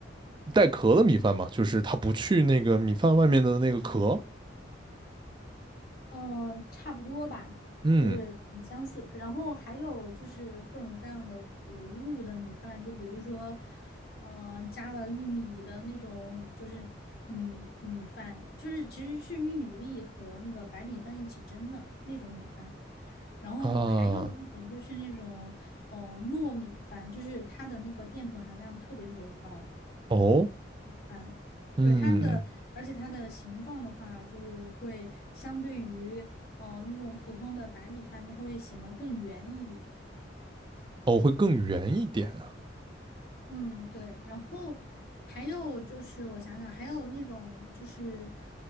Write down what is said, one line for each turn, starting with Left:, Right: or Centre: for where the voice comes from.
Right: 带壳的米饭嘛，就是它不去那个米饭外面的那个壳。
Left: 嗯，差不多吧，
Right: 嗯
Left: 就是很相似。然后还有就是各种各样的谷物的米饭，就比如说，呃，加了玉米的那种，就是米米饭，就是其实是玉米粒和那个白米饭一起蒸的那种米饭。然后还有一种就是那种，
Right: 啊
Left: 嗯，糯米饭，就是它的那个淀粉含量特别特别的高。
Right: 哦
Left: 啊，
Right: 嗯
Left: 对它的，而且它的形状的话，就是会相对于嗯、呃那种普通的白米饭，它会显得更圆一点。
Right: 哦会更圆一点啊。
Left: 嗯，对。然后还有就是我想想，还有那种就是